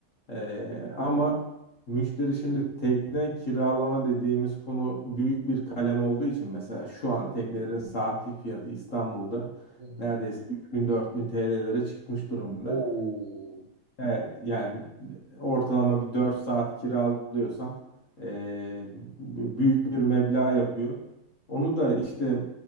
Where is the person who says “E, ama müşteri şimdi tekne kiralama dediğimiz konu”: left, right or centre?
Left